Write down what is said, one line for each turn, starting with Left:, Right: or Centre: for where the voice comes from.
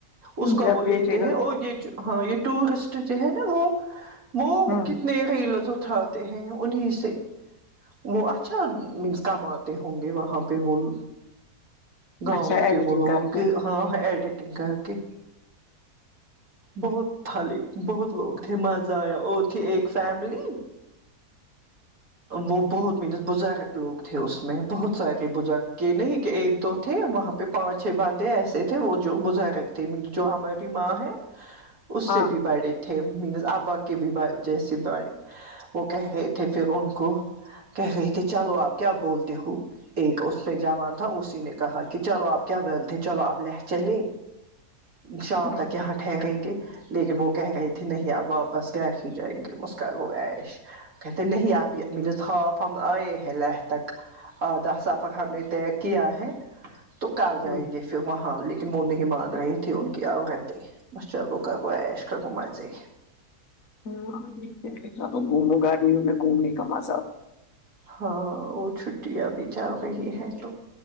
Right: اس کا
Left: جب
Right: وہ لیتے
Left: بیچے گا
Right: ہیں اور یہ ہاں یہ ٹورسٹ جو ہے نا وہ وہ
Left: ہ
Right: کت نے ریلز اتھراتے ہیں انہیں سے وہ اچھا مینس کماتے ہوں گے وہاں پہ وہول گاؤں
Left: اچھا ایڈیٹنگ
Right: کے بولو
Left: کر کے
Right: کہ ہاں ایڈیٹنگ کر کے بہت تھالی بہت لوگ تھے مزہ آیا اور تھے ایک فیملی وہ بہت مینس بزرگ لوگ تھے اس میں بہت سارے بر کے نہیں کہ ایک دو تھے وہاں پہ پانچ چھ بندے ایسے تھے وہ جو بزر ت جو ہماری ماں ہے اس
Left: ہاں
Right: سے بھی بڑے تھے مینز ابا کے بھی جیسے بڑے وہ کہہ گئے تھے پھر ان کو کہہ رہے تھے چلو آپ کیا بولتے ہو ایک اس پ جوان تھا اسی نے کہا کہ چلو آپ کیا بل تھے چلو آپ لے چلے شام
Left: ہ
Right: تک کیا ہٹ ٹھہریں گے لیکن وہ کہہ رہے تھے نہیں آپ واپس گھر ہی جائیں گے مسک گو اییش کہتے نہیں آپ مل ہاف ہم آئے ہیں لہ تک آدھا سفق ہم نے طے کیا ہے تو کل جائیں
Left: ہ
Right: گے پھر وہاں لیکن وہ نہیں مان رہے تھے ان کی عورتے بس چلو کرو ایش کرو مزے
Left: ہاں گومو گرمیوں میں گھومنے کا مزہ ہو
Right: ہاں وہ چھٹیاں بھی چل رہی ہیں تو